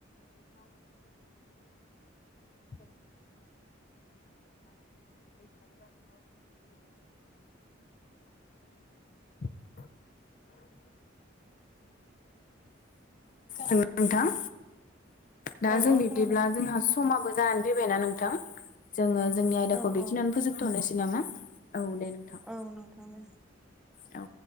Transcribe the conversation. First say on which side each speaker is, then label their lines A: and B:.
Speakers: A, on the left; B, in the centre.
A: <inaudible> <inaudible> <inaudible> हेल' नोंथां दा
B: औ
A: जों
B: औ
A: बिदिब्ला
B: खोनादों
A: जोंहा समाबो जानानै फैबायनाा नोंथां जोङो जोंनि आयदाखौ
B: औ
A: बेखिनियानो।
B: औ
A: फोजोबथ'नोसै नामा औ दे नोंथां।
B: औ नोंथां दे।
A: औ।